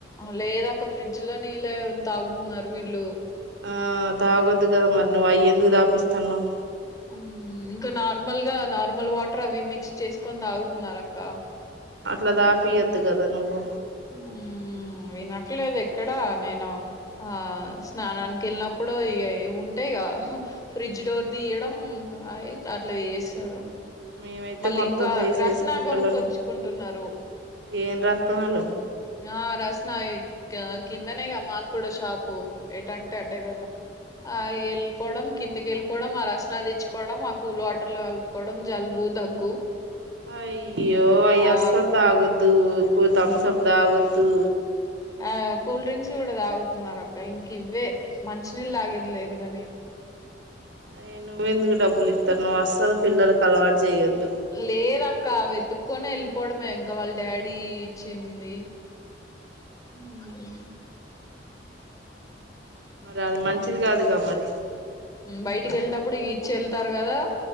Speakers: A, on the left (about 20°); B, on the right (about 80°).
A: లేద అక్క ఫ్రిడ్జ్ లో నీళ్ళే తాగుతున్నారు వీళ్ళు
B: ఆ తాగొద్దు కదా మరి నువ్వు అయి ఎందుకు తాపిస్తాన్నావు
A: మ్మ్ ఇంకా నార్మల్ గా నార్మల్ వాటర్ అవి మిక్స్ చేసుకొని తాగుతున్నారు అక్క
B: అట్లా తాపియద్దు కదా నువ్వు
A: మ్మ్ వినట్లేదు ఎక్కడ నేను ఆ స్నానానికి వెళ్ళినప్పుడు ఇ య ఉ ఉంటే ఇగా ఫ్రిడ్జ్ డోర్ తీయడం అవి అట్లా ఏసెయ్యడం
B: మేమైతే
A: మళ్ళీ
B: మొత్తం
A: ఇంకా
B: తీసేసి
A: రస్నా
B: కుండలోని
A: కొనుక్కొచ్చుకుంటున్నారు
B: ఏం రత్నల్లో
A: ఆ రస్నా కిందనే కదా మాకు కూడా షాపు ఎటంటే అటే కదా ఆ ఏల్పొవడం కిందికి వెళ్ళిపోవడం ఆ రస్నా తెచ్చుకోవడం ఆ కూల్ వాటర్ లో కలుపుకోవడం జలుబు దగ్గు
B: అయ్యో అయి
A: ఆ
B: అసలు తాగొద్దు ఎక్కవ థామ్సప్
A: ఉహుహు.
B: తాగొద్దు
A: ఆ కూల్ డ్రింక్స్ కూడా తాగుతున్నారు అక్క ఇంకా ఇవ్వే మంచినీళ్ళు తాగేది లేదు కాని
B: అయే నువ్వెందుకు డబ్బులు ఇత్తన్నవ్ అసలు పిల్లొల్లకి అలవాటు చేయొద్దు
A: లేద అక్క వెతుక్కొని వెళ్ళిపోవడమే ఇంకా వాళ్ళ డాడీ ఇచ్చింది మ్మ్
B: మరి అది మంచిది
A: ఉమ్.
B: కాదుగా మరి
A: బయటికి వెళ్ళెతప్పుడు ఇగ ఇచ్చి వెళ్తారు కదా